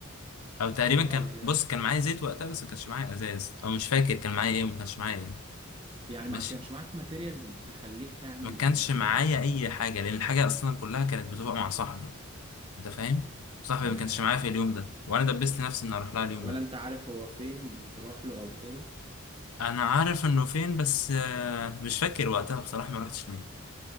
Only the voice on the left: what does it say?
او تقريبا
كان
بص كان معايا زيت وقتها بس ما كانش معايا ازاز او مش فاكر كان معايا ايه ما كانش معايا ايه
ماشي
ما كانش
معايا
اي حاجه لان الحاجه اصلا كلها كانت بتبقى مع صاحبي انت فاهم صاحبي
ما كانش معايا في اليوم ده وانا دبست نفسي اني اروح لها اليوم
ده
انا عارف انه فين بس آه، مش فاكر وقتها بصراحه ما رحتش ليه